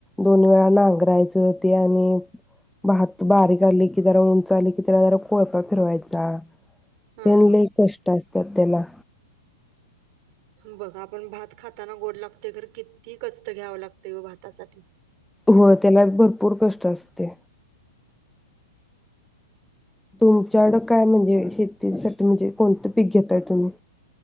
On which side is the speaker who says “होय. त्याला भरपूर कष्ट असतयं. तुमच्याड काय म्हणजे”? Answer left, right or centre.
Centre